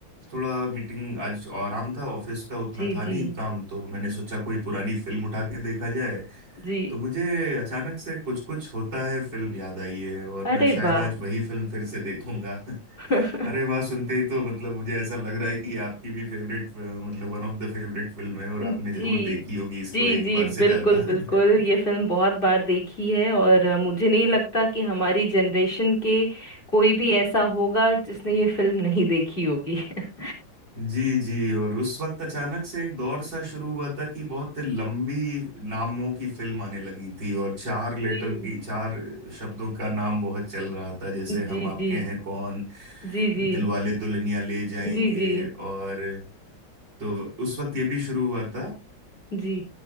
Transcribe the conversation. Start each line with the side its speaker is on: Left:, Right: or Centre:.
Right: थोड़ा मीटिंग आज आराम था ऑफिस का उतना
Left: जी
Right: था नहीं
Left: जी
Right: काम तो मैंने सोचा कोई पुरानी फिल्म उठा के देखा जाए
Left: जी
Right: तो मुझे अचानक से कुछ कुछ होता है फिल्म याद आई है और
Left: अरे
Right: मैं शायद
Left: वाह
Right: आज वही फिल्म फिर से देखूंगा <laughs>
Left: <laughs>
Right: अरे वाह सुनते ही तो मतलब मुझे ऐसा लग रहा है कि आपकी भी फेवरेट मतलब one of the favourite film है और
Left: जी
Right: आपने जरूर देखी होगी इसको
Left: जी
Right: एक
Left: जी
Right: बार से
Left: बिल्कुल
Right: ज्यादा
Left: बिल्कुल
Right: <laughs>
Left: ये फिल्म बहुत बार देखी है और अ, मुझे नहीं लगता कि हमारी जनरेशन के कोई भी ऐसा होगा जिसने ये फिल्म नहीं देखी होगी <laughs>
Right: जी जी और उस वक्त अचानक से एक दौर सा शुरू हुआ था कि बहुत लंबी नामों की फिल्म आने लगी थी और चार लेटर
Left: जी
Right: की चार शब्दों का नाम बहुत चल रहा था जैसे
Left: जी
Right: हम आपके
Left: जी
Right: हैं कौन
Left: जी जी
Right: दिलवाले दुल्हनिया ले जाएंगे
Left: जी जी
Right: और तो उस वक्त ये भी शुरू हुआ था आ,
Left: जी